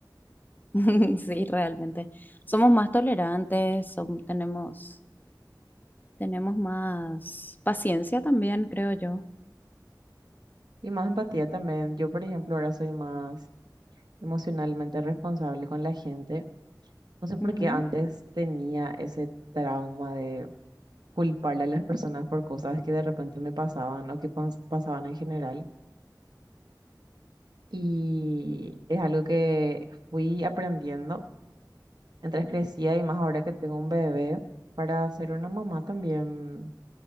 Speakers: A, on the left; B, on the right.
A: <laughs> Sí, realmente. Somos más tolerantes, som- tenemos, tenemos más paciencia también, creo yo.
B: Y más empatía también. Yo, por ejemplo, ahora soy más emocionalmente responsable con la gente. No sé por
A: Ujú.
B: qué antes tenía ese trauma de culparle a las <laughs> personas por cosas que de repente me pasaban o que pas- pasaban en general. Y es algo que fui aprendiendo mientras crecía y más ahora que tengo un bebé para ser una mamá también